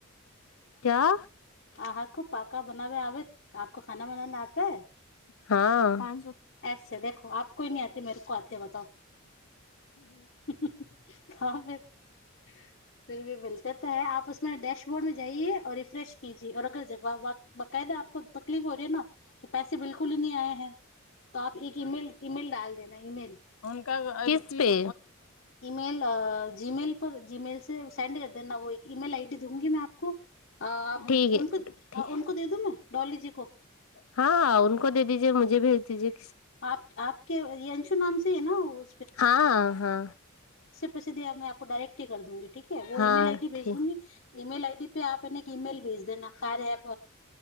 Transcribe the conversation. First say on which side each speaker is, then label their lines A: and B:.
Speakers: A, on the left (about 85°); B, on the left (about 55°).
A: क्या
B: अहाँको पाका बनाबे आबैत आपको खाना बनाना आता है
A: ह
B: ऐसे देखो आप को ही नहि आती मेरे को आतीे है बताओ तब फिर फर भी भेलल देता है आप उसमे ैश बोर्ड मे जाइए औ रिफ्रेश कीजएऔ अगर बकायदा आपको तकलीफ हो रही ह न कि पैसे बिलकु ही नी आए है एक ईेल ईमेल डाल देना ईमेल
A: कब इसपे
B: ईमेल अ जीमेेल पर जीमेेल से सेंड कर ईमेल आई डी दूंगी मै आपको अ आपको
A: ठीक है ठीक
B: उनको दे दूं मै डॉलीजी को
A: हाँ हाँ उनको दे दीजिए मुझे भेज दिजिए
B: आप आपके अ अंशु नाम से से है न ओ
A: हँ हँ
B: पैसे दिए में आपको डायरेक्र्टे कर दूंगी ठीक है वो
A: हाँ हाँ
B: ई मेल आईडी भेज
A: ठीक
B: दूंगी ईमेेल आइडी आपने एक ईमेेल भेज देना सारे एप